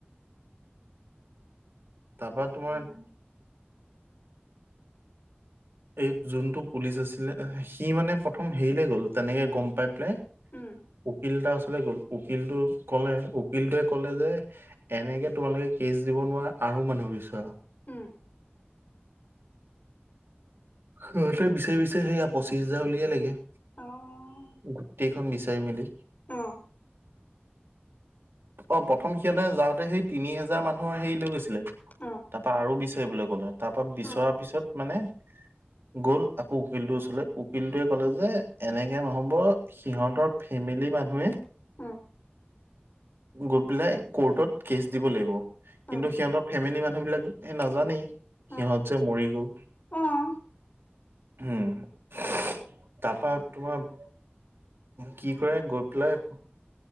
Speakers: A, on the right; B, on the left.
A: তাৰপা তোমাৰ।
B: <inaudible>
A: এই যোনটো পুলিচ আছিলে সি মানে প্ৰথম হেৰিলে গ'ল তেনেকে গম পাই পেলাই।
B: উম,
A: উকিল এটা ওচলে গ'ল উকিলটোক ক'লে উকিলটোৱে ক'লে যে, এনেকে তোমালোকে কেছ দিব নোৱাৰা আৰু মানুহ বিচৰা।
B: উম।
A: সিহঁতে বিচাৰি বিচাৰি সেয়া পঁচিছ হাজাৰ উলিয়াই লাগে।
B: অ',
A: গোটেইখন বিচাৰি মেলি।
B: অ',
A: অ', প্ৰথম সিহঁতে যাওঁতে সেই তিনি হাজাৰ মানুহৰ হেৰি লৈ গৈছিলে।
B: অ',
A: তাৰপা আৰু বিচাৰবলৈ ক'লে তাৰপা বিচৰৰা
B: অ',
A: পিছত মানে গ'ল আকৌ উকিলটোৰ ওচৰলে উকিলটোৱে ক'লে যে এনেকে নহ'ব সিহঁতৰ ফেমিলি মানুহে
B: উম।
A: গৈ পেলাই কৰ্টত কেচ দিব লাগিব। কিন্তু
B: অ',
A: সিহঁতৰ ফেমিলি মানুহ বিলাক এই নাজানেই
B: অ',
A: সিহঁত যে মৰি গ'ল।
B: অ',
A: উম তাৰপা তোমাৰ কি কৰে গৈ পেলাই